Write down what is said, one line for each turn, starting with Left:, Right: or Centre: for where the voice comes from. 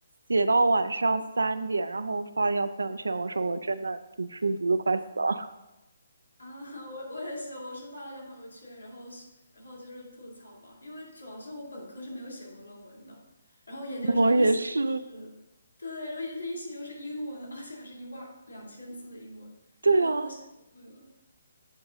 Right: 写到晚上三点，然后我发了一条朋友圈，我说我真的读书读的快死了。
Left: 啊，<laughs> 我我也是，我是发了一条朋友圈，然后是然后就是吐槽吧，因为主要是我本科是没有写过论文的，然后研究生一写是，
Right: 我也是，
Left: 对，然后研究生一写又是英文，而且还是一万两千字的英文，
Right: 对啊，
Left: 我当时都写崩溃了。